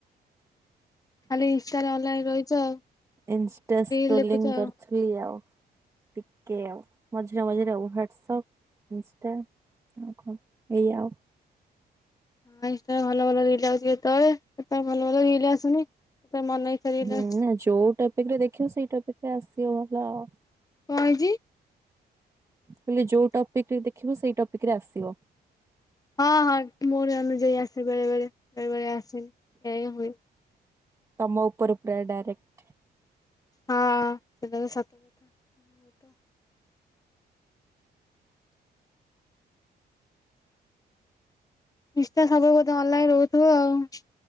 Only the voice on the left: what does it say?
ଖାଲି ଇନଷ୍ଟା ରେ ଅନଲାଇନ ରହିଛ ଆଉ।
ରିଲ
ଦେଖୁଛ ଆଉ।
ହଁ ଇନଷ୍ଟା ରେ ଭଲ ଭଲ ରିଲ୍ ଆଉଛି କେତେବେଳେ କେତେବେଳେ ଭଲ ଭଲ ରିଲ୍ ଆସୁନି ସେ ତାର ମନ ଇଚ୍ଛା ରିଲ୍
ଆସୁଛି
କଣ ହେଇଛି?
ହଁ ହଁ ମୋର ଅନୁଯାୟୀ ଆସେ ବେଳେ ବେଳେ ବେଳେ ବେଳେ ଆସେନି ଏଇଆ ହିଁ ହୁଏ।
ହଁ ସେଟା ତ ସତ କ ଥା ମେର ତ ଇନଷ୍ଟା ସବୁବେଳେ ମତେ ଭଲ ଲାଗେ <inaudible>